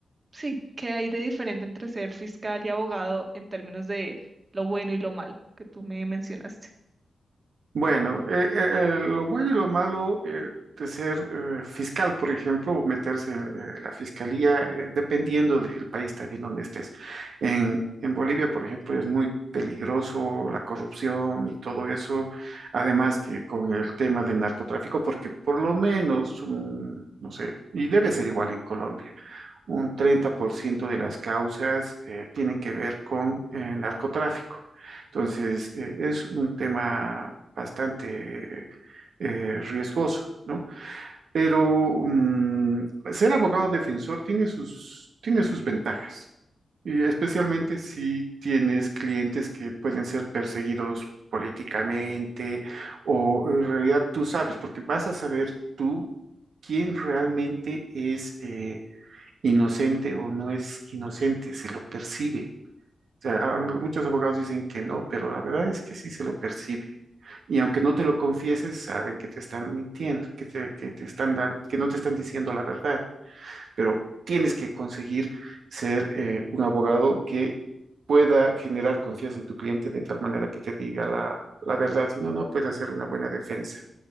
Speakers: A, on the right; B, on the right.
A: Sí, ¿qué hay de diferente entre ser fiscal y abogado en términos de lo bueno y lo malo que tú me mencionaste?
B: bueno, eh, eh, eh, lo bueno y lo malo eh, de ser eh, fiscal, por ejemplo, o meterse en eh, la fiscalía, eh, dependiendo del país también donde estés. En, en Bolivia, por ejemplo, es muy peligroso la corrupción y todo eso, además que con el tema de narcotráfico, porque por lo menos, un, no sé, y debe ser igual en Colombia. un 30% de las causas eh, tienen que ver con eh, narcotráfico. Entonces, eh, es un tema bastante eh, riesgoso, ¿no? Pero mm, ser abogado defensor tiene sus, tiene sus ventajas, y especialmente si tienes clientes que pueden ser perseguidos políticamente o en realidad tú sabes, porque vas a saber tú quién realmente es eh, inocente o no es inocente, se lo percibe. O sea, a- muchos abogados dicen que no, pero la verdad es que sí se lo percibe. Y aunque no te lo confieses, saben que te están mintiendo, que te, que te están dan- que no te están diciendo la verdad, pero tienes que conseguir ser eh, un abogado que pueda generar confianza en tu cliente de tal manera que te diga la, la verdad, si no, no puede hacer una buena defensa.